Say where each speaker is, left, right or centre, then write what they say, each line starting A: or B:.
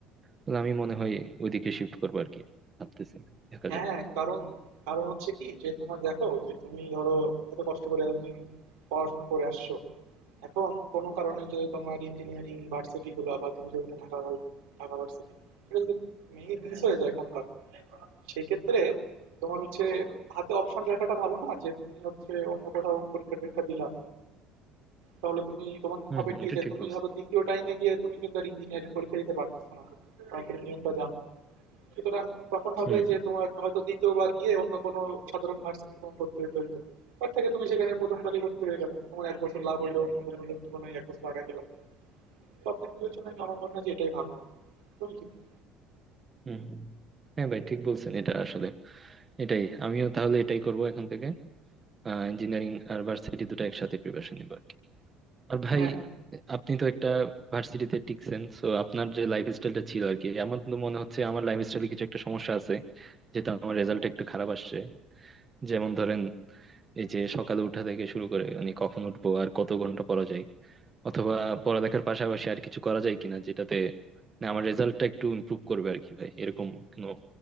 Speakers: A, on the right; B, on the right.
A: তাহলে আমি মনে হয় ওইদিকে শিফট করবো আর কি ভাবতেছি দেখা
B: হ্যাঁ,
A: যাক
B: কারণ কারণ হচ্ছে কি যে তোমার দেখো যে তুমি ধরো এত কষ্ট করে এতদিন পড়াশোনা করে আসছো এখন কোনো কারণে যদি তোমার ইঞ্জিনিয়ারিং ভার্সিটি গুলো বা তুমি যেগুলো ঢাকা ভার- ঢাকা ভার্সিটি সেটা যদি মিস হয়ে যায় কোনো কারণে সেই ক্ষেত্রে তোমার হচ্ছে হাতে অপশন রাখাটা ভালো না যে তুমি হচ্ছে অন্য কোথাও পরীক্ষা টরীক্ষা দিলা তাহলে তুমি তোমার
A: হম
B: হবে
A: হম
B: কি
A: এটা
B: যে
A: ঠিক
B: তুমি
A: বলছেন
B: ধরো দ্বিতীয় টাইমে গিয়ে তুমি কিন্তু আর ইঞ্জিনিয়ারিং পরীক্ষা দিতে পারতেছো না কারণ তুমি নিয়মটা জানো সুতরাং তখন হবে
A: হুম হুম
B: যে তোমার হয়তো দ্বিতীয়বার গিয়ে অন্য কোনো সাধারণ ভার্সিটিতে তোমার ভর্তি হতে হইতো তার থেকে তুমি সেখানে প্রথমবারই ভর্তি হয়ে গেলা তোমার এক বছর লাভ হলো অন্য কোনো লোক তুলনায় এক বছর লাগা গেল সব দিক বিবেচনায় আমার মনে হয় যে এটাই ভালো হবে তুমি কি বলো?
A: হুম হুম। হ্যাঁ ভাই ঠিক বলছেন এটা আসলে এটাই আমিও তাহলে এটাই করব এখন থেকে ইঞ্জিনিয়ারিং আর ভার্সিটি দুটো একসাথে প্রিপারেশন নিবো আর কি আর ভাই
B: হ্যাঁ
A: আপনি তো একটা ভার্সিটিতে টিকছেন সো আপনার যে লাইফ স্টাইলটা ছিল আর কি আমার তো মনে হচ্ছে আমার লাইফ স্টাইলে কিছু একটা সমস্যা আছে যেটা আমার রেজাল্ট একটু খারাপ আসছে যেমন ধরেন এই যে সকালে উঠা থেকে শুরু করে মানে কখন উঠবো আর কত ঘন্টা পড়া যায় অথবা পড়ালেখার পাশাপাশি আর কিছু করা যায় কিনা যেটাতে না আমার রেজাল্টটা একটু ইমপ্রুভ করবে আর কি ভাই এরকম কোনো